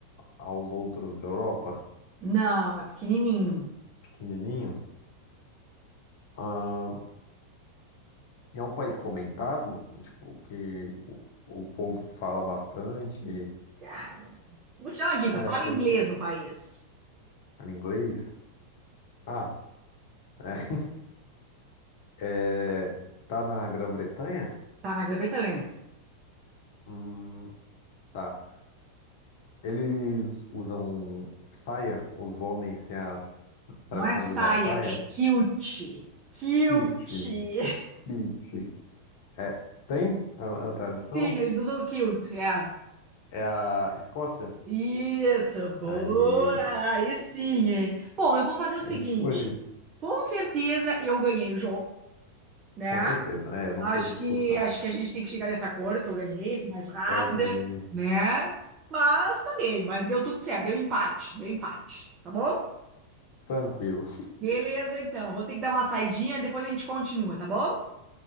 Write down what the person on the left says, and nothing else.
aos outros da Europa?
Pequenininho? Hum, é um país comentado? Tipo, que o, o povo fala bastante?
Ou
é aqueles
em inglês? Ah, é. <laughs> É, Tá na Grã-Bretanha?
Hum, tá. Eles usam saia? Os homens têm a tradição
de usar saia?
Kilt.
Kilt. É, tem a, a tradição?
É a Escócia?
Aí,
aí
foi.
Com certeza. É, não
teve discussão.
É unânime.
Tranquilo,